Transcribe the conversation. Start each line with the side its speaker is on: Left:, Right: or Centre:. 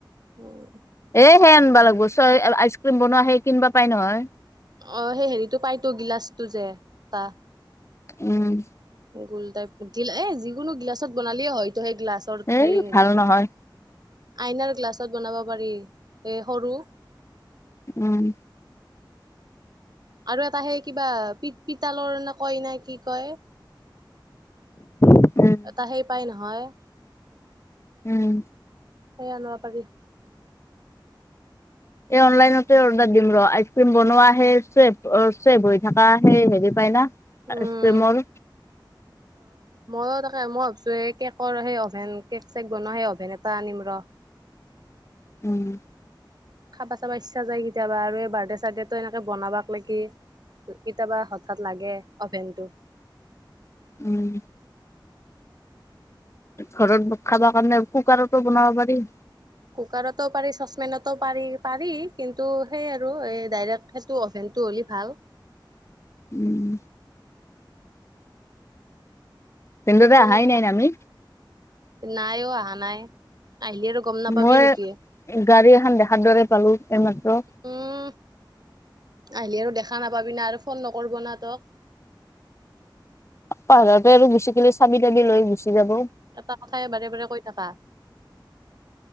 Right: উম
Left: এ সে আনিবা লাগিব চ আইচক্ৰীম বনোৱা সেই কিনিবা পাৰি নহয়।
Right: অ সেই হেৰিটো পায়তো গিলাচটো যে তা
Left: উম
Right: গোল টাইপ পুতিল এই যিকোনো গিলাচত বনালেও হয় সেই গ্লাছৰ
Left: এই
Right: সেই হেৰিটো
Left: ভাল নহয়
Right: আইনাৰ গ্লাছত বনাব পাৰি এ সৰু
Left: উম।
Right: আৰু এটা সেই কিবা পিত পিতালৰ ন কয় ন কি কয়?
Left: উম
Right: এটা সেই পাই নহয়। সেয়া
Left: উম
Right: আনিব পাৰি।
Left: এই অনলাইনতে অৰ্ডাৰ দিম ৰ আইচক্ৰীম বনোৱা সেই চেব অ চেব হৈ থাকা এই হেৰি পায় না।
Right: উম
Left: আইচক্ৰীমৰ।
Right: মইও তাকে মই ভাবিছো এই কেকৰ সেই অভেন কেক চেক বনাই অভেন এটা আনিম ৰ।
Left: উম।
Right: খাবা চাবা ইচ্ছা যায় কেতিয়াবা আৰু এই বাৰ্থডে চাৰ্থডেটো এনেকে বনাবাকলেকি কেতিয়াবা হঠাৎ লাগে অভেনটো।
Left: উম। ঘৰত খাব কাৰণে কুকাৰতো বনাব পাৰি।
Right: কুকাৰতো পাৰি চচপেনতো পাৰি পাৰি কিন্তু সেই আৰু ডাইৰেক্ট সেইটো অভেন ইটো হ'লি ভাল।
Left: উম। ভিনদেউতা
Right: এ কোনো
Left: আহাই নাই না আমি
Right: নাইও অহা নাই। আহিলি আৰু গম নাপাবি
Left: মই
Right: নেকি?
Left: গাড়ী এখন দেখাৰ দৰে পালো এইমাত্ৰ।
Right: উম আহিলি আৰু দেখা নাপাবি না আৰু ফোন নকৰিব না তোক।
Left: পাহাৰতে আৰু গুচি গেলি চাবি তাবি লৈ গুচি যাব
Right: এটা কথাই বাৰে বাৰে কৈ থাকা?